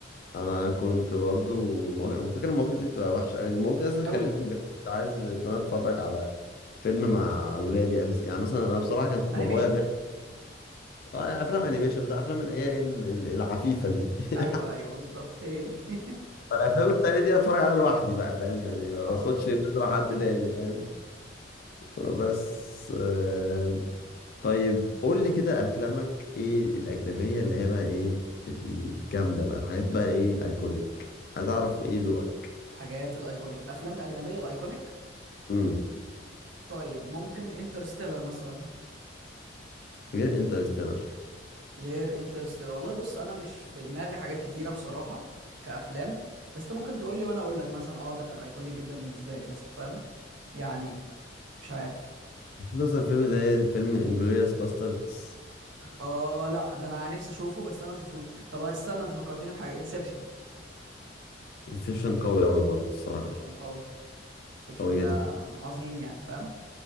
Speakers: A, on the left; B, on the right.
A: انا كنت برضو المو- أنا فاكر المواقف دي بتبقى وحشه يعني المواقف دي اصلا خلتني
B: قوي
A: بجد مش عايز ان انا اتفرج على فيلم مع ولادي اساسا يعني مثلا انا بصراحه كان بابايا
B: انيميشن
A: بيعمل اه افلام انيميشن بتاع افلام اللي هي ال- ال- العفيفه دي <laughs>
B: ايوه ايوه بالظبط هي دي <laughs>
A: الافلام التانية دي اتفرج عليها لوحدي بقى فاهم يعني ما
B: حصل
A: باخدش نظرة حد تاني فاهم بس آه، طيب قول لي كده افلامك ايه الاجنبية اللي هي بقى ايه الجامدة بقى الحاجات بقى ايه الايكونيك عايز اعرف ايه ذوقك
B: حاجات الايكونيك الافلام الاجنبيه الايكونيك
A: امم
B: طيب ممكن انترستيلر مثلا
A: غير انترستيلر
B: غير انترستيلر والله بص انا مش في دماغي حاجات كتيره بصراحه كافلام بس انت ممكن تقول لي وانا اقول لك مثلا اه ده كان ايكونيك جدا بالنسبه لي مثلا فاهم يعني مش عارف
A: مثلا فيلم زي فيلم انجلوريوس باستردز
B: اه لا ده انا نفسي اشوفه بس انا ما شفتوش طب استنى انت فكرتني بحاجه انسبشن
A: انسبشن قوي قوي برضه الصراحة
B: انسبشن قوي انسبشن
A: قوي
B: ده
A: جدا
B: من عظيم يعني فاهم